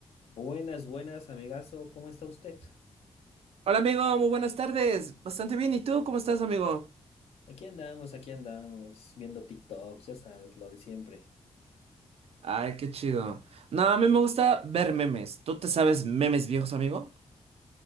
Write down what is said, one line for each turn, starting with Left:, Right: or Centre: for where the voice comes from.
Left: Buenas, buenas, amigazo, ¿cómo está usted?
Right: Hola amigo, muy buenas tardes. Bastante bien. ¿Y tú cómo estás, amigo?
Left: Aquí andamos, aquí andamos, viendo TikToks, ya sabes, lo de siempre.
Right: Ay, qué chido. No, a mí me gusta ver memes. ¿Tú te sabes memes viejos, amigo?